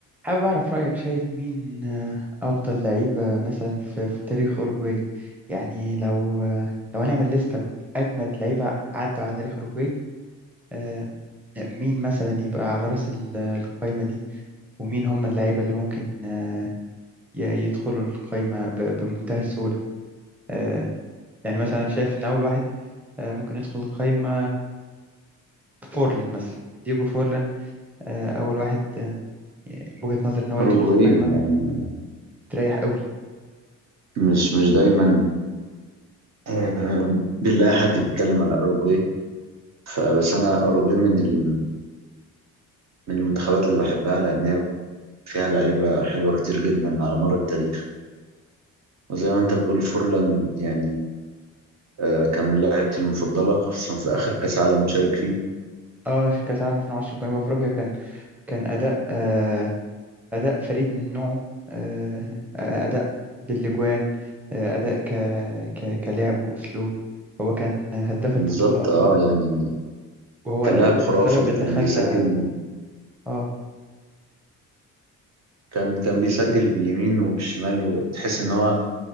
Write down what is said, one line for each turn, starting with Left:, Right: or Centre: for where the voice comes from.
Centre: حابب أعرف رأيك شايف مين آه، أفضل لعيبة مثلا في, في تاريخ أوروجواي يعني لو آه، لو هنعمل لستة بأجمد لعيبة عدوا على تاريخ أوروجواي آه، مين مثلا يبقى على رأس ال- القايمة دي ومين هم اللعيبة اللي ممكن آه، ي- يدخلوا القايمة ب- بمنتهى السهولة آه، يعني مثلا شايف إن أول واحد آه، ممكن يدخل القايمة فورلان مثلا ديجو فورلان آه، أول واحد آه، بوجهة نظر إن هو
Right: أوروجواي
Centre: يدخل القايمة
Right: يعني
Centre: تريح قوي
Right: مش مش دايما آه، بنلاقي حد بيتكلم على أوروجواي فبس أنا أوروجواي من ال... من المنتخبات اللي بحبها لأن هي فيها لعيبة حلوة كتير جدا على مر التاريخ وزي ما أنت بتقول فورلان يعني آه، كان من لعيبتي المفضلة خصوصا في آخر كأس عالم شارك فيه
Centre: اه كأس العالم 2010 في جنوب أفريقيا كان كان أداء آه، أداء فريد من نوعه آه، آه، أداء باللجوان آه، أداء ك... ك... كلعب وأسلوب هو كان هداف البطولة
Right: بالظبط
Centre: أصلا
Right: أه يعني
Centre: وهو
Right: كان لاعب خرافي
Centre: السبب
Right: كان
Centre: اللي خلى
Right: بيسجل
Centre: آه
Right: كان كان بيسجل باليمين وبالشمال وتحس إن هو